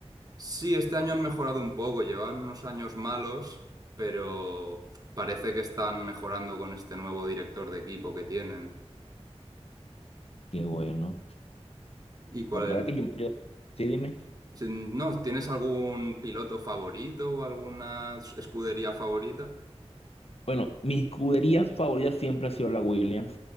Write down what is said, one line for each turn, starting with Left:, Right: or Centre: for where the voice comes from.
Right: Sí, este año han mejorado un poco, llevaban unos años malos, pero parece que están mejorando con este nuevo director de equipo que tienen.
Left: qué bueno.
Right: ¿Y cuál,
Left: Lo que pasa es que yo, yo- sí, dime.
Right: Si No, ¿tienes algún piloto favorito o alguna s- escudería favorita?
Left: Bueno, mis escuderías favoritas siempre ha sido la Williams.